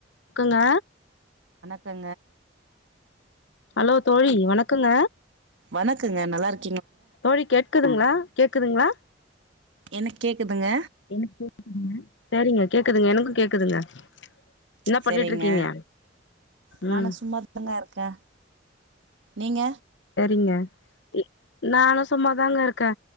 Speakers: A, on the left; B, on the right.
A: இருக்குங்க
B: சங்க
A: ஹலோ தோழி வணக்கங்க
B: வணக்கங்க நல்லாருக்கு
A: தோழி கேட்கதுங்களா கேக்குதுங்களா
B: என்ன கேக்குதுங்க
A: எனக்கு கேக்குதுங்க சரிங்க கேக்குதுங்க எனக்கு கேக்குதுங்க என்ன
B: சரிங்க
A: பண்ணிட்ருக்கீங்க
B: நானு
A: உம்
B: சும்மாதாங்க இருக்கே நீங்க
A: ங்க எ நானு சும்மாதாங்க இருக்கே